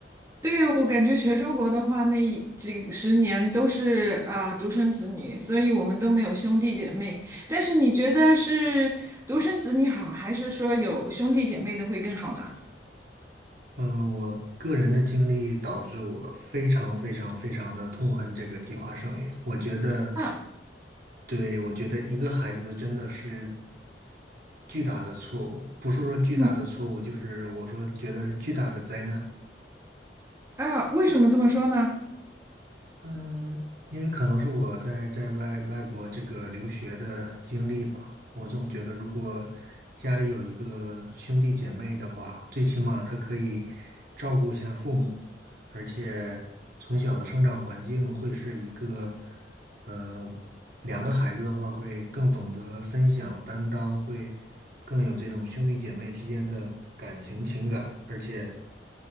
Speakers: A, on the right; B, on the right.
A: 对，我感觉全中国的话，那几十年都是啊、独生子女，所以我们都没有兄弟姐妹。但是你觉得是独生子女好，还是说有兄弟姐妹的会更好呢？
B: 嗯，我个人的经历导致我非常非常非常的痛恨这个计划生育。我觉得，
A: 啊，
B: 对，我觉得一个孩子真的是巨大的错误，不是说巨大的错误，
A: 嗯，
B: 就是我说觉得是巨大的灾难。
A: 啊，为什么这么说呢？
B: 嗯，因为可能是我在在外外国这个留学的经历吧，我总觉得如果家里有一个兄弟姐妹的话，最起码他可以照顾一下父母，而且从小的生长环境会是一个，嗯、两个孩子的话会更懂得分享担当，会更有这种兄弟姐妹之间的感情情感，而且